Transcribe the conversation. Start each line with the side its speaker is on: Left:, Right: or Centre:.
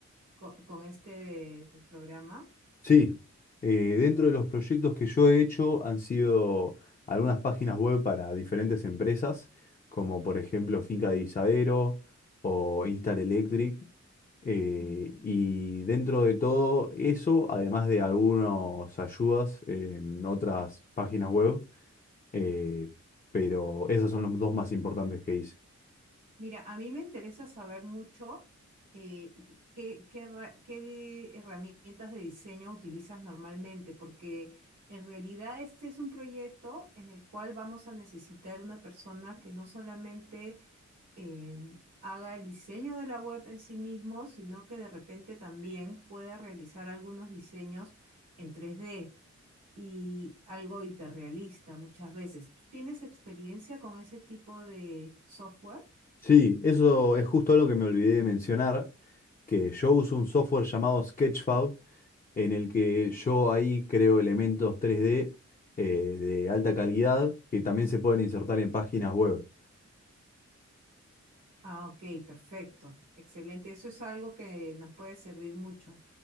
Right: con, con este programa?
Left: Sí, eh, dentro de los proyectos que yo he hecho han sido algunas páginas web para diferentes empresas, como por ejemplo Finca de Isadero o Instal Electric. eh,
Right: Ujú.
Left: y dentro de todo eso, además de algunas ayudas en otras páginas web, eh, pero esas son los dos más importantes que hice.
Right: Mira, a mí me interesa saber mucho eh, qué, qué herra- qué herramientas de diseño utilizas normalmente, porque en realidad este es un proyecto en el cual vamos a necesitar una persona que no solamente eh, haga el diseño de la web en sí mismo, sino que de repente también pueda realizar algunos diseños en tres d y algo hiperrealista muchas veces. ¿Tú tienes experiencia con ese tipo de software?
Left: Sí, eso es justo algo que me olvidé de mencionar, que yo uso un software llamado Sketchfab en el que yo ahí creo elementos tres d eh, de alta calidad que también se pueden insertar en páginas web.
Right: Ah, ok, perfecto. Excelente. Eso es algo que nos puede servir mucho.